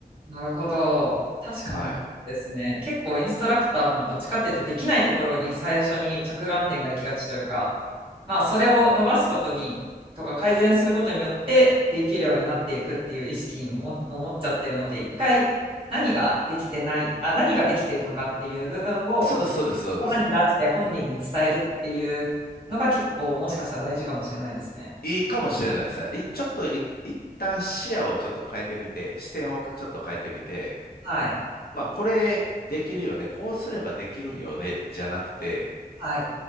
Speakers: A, on the right; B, on the left.
A: なるほど。確かにですね。
B: はい。
A: 結構インストラクターもどっちかっていうとできないところに最初に着眼点が行きがちというか、まあそれを伸ばすことに、とか改善することによってできるようになっていくっていう意識にもも持っちゃってるので、一回何ができてない、あ、何ができてるのかっていう部分を
B: そうです、そうです、そうです。
A: 言葉に出して本人に伝えるっていうのが結構もしかしたら大事かもしれないですね。
B: いいかもしれないですね。いちょっとい、一旦視野をちょっと変えてみて、視点をちょっと変えてみて、
A: はい。
B: まあ、これできるよね。こうすればできるんよね。じゃなくて、
A: はい。